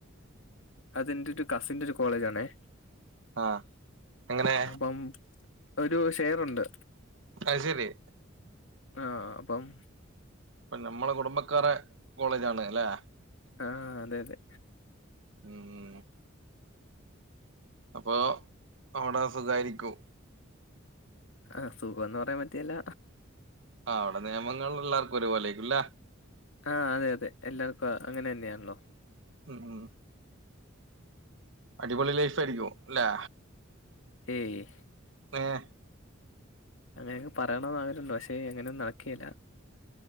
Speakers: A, on the left; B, on the right.
A: അതെന്റെ ഒരു കസിന്റെ ഒരു കോളേജ് ആണേ
B: ആ അങ്ങനെ
A: അപ്പം ഒരു ഷെയർണ്ട്
B: അയ്ശരി
A: ആഹ് അപ്പം
B: ഇപ്പൊ നമ്മളെ കുടുംബക്കാര കോളേജ് ആണ് അല്ലെ
A: ആഹ് അതെ അതെ
B: ഉം ഉം അപ്പൊ അവിടെ സുഖാരിക്കും
A: ആഹ് സുഖംന്ന് പറയാൻ പറ്റിയല്ല
B: ആ അവിടെ നിയമങ്ങൾ എല്ലാവർക്കും ഒരുപോലെേക്കുംല്ല
A: ആഹ് അതെ അതെ എല്ലാർക്കും അങ്ങനെ തന്നെയാണല്ലോ
B: ഉം ഉം അടിപൊളി ലൈഫ് ആയിരിക്കും അല്ലെ
A: ഏയ്
B: ആഹ്
A: അങ്ങനെയെ പറയണന്ന് ആഗ്രഹമണ്ടോ പക്ഷേ എങ്ങനെും നടക്കയില്ല